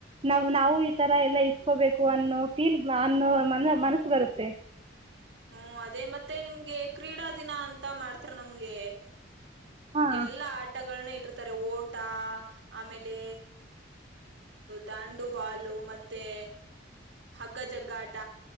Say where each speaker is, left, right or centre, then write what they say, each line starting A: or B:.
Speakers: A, on the right (about 30°); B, on the right (about 70°).
A: ನಾವ್ ನಾವು ಈ ತರ ಎಲ್ಲಾ ಇಸ್ಕೋಬೇಕು ಅನ್ನೋ ಫೀಲ್ ಅನ್ನೋ ಮ ಮನಸ್ಸು ಬರುತ್ತೆ
B: ಹ್ಮ ಅದೇ ಮತ್ತೆ ನಿಮ್ಗೆ ಕ್ರೀಡಾ ದಿನ ಅಂತ ಮಾಡ್ತಾರ ನಮ್ಗೆ
A: ಹಾಂ
B: ಎಲ್ಲಾ ಆಟಗಳನ್ನ ಇರ್ತಾರೆ ಓಟ ಆಮೇಲೆ ದಾಂಡುಬಾಲು ಮತ್ತೆ ಹಗ್ಗ ಜಗ್ಗಾಟ